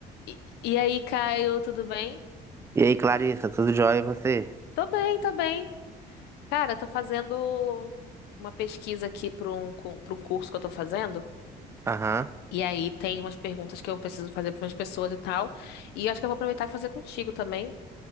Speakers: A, on the left; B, on the right.
A: E, e aí, Caio, tudo bem?
B: E aí, Clarissa, tudo jóia e você?
A: Tô bem, tô bem. Cara, tô fazendo uma pesquisa aqui para um, para um curso que eu tô fazendo.
B: Aham.
A: E aí tem umas perguntas que eu preciso fazer para umas pessoas e tal. E acho que eu vou aproveitar e fazer contigo também.